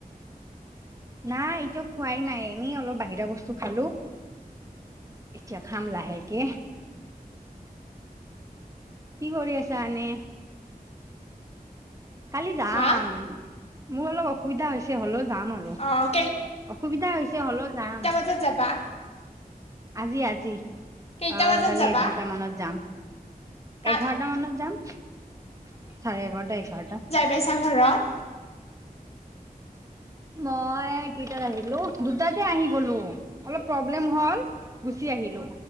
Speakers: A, on the right (about 20°); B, on the left (about 40°).
A: নাই এতিয়া খোৱাই নাই এনেই অলপ বাহিৰা বস্তু খালোঁ। এতিয়া খাম লাহে কে। কি কৰি আছা এনে? খালি যাম,
B: হা
A: মোৰ অলপ অস- সুবিধা হৈছে হ'লেও যাম আৰু,
B: অ কেই
A: অসুবিধা হৈছে হ'লেও যাম।
B: যে যাবা।
A: আজি আজি
B: কেইটা
A: অ
B: বজাত
A: কালি
B: যাবা
A: এঘাৰটা মানত যাম।
B: কা
A: এঘাৰটা মানত যাম চাৰে এঘৰটা এঘাৰটা।
B: বেইছা ঘৰত।
A: মই কেইটাত আহিলো দুটাতে আহি গলোঁ অলপ প্ৰব্লেম হ'ল। গুচি আহিলো।